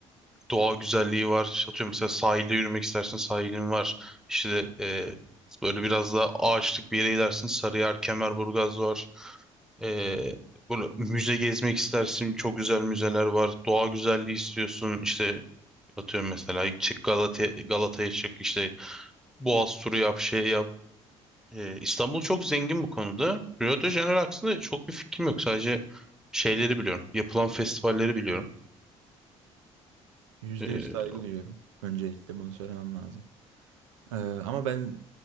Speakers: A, in the centre; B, on the right (about 85°).
A: doğa güzelliği var. Atıyorum mesela sahilde yürümek istersin sahilin var. İşte e, böyle biraz daha ağaçlık bir yere gidersin. Sarıyer, Kemerburgaz var. E, böyle müze gezmek istersin. Çok güzel müzeler var. Doğa güzelliği istiyorsun. İşte atıyorum mesela çık Galata Galata'ya çık. İşte Boğaz turu yap, şey yap. E, İstanbul çok zengin bu konuda. Rio de Janeiro hakkında çok bir fikrim yok. Sadece şeyleri biliyorum. Yapılan festivalleri biliyorum.
B: yüzde
A: E,
B: yüz saygı duyuyorum. Öncelikle bunu söylemem lazım. Ee, ama ben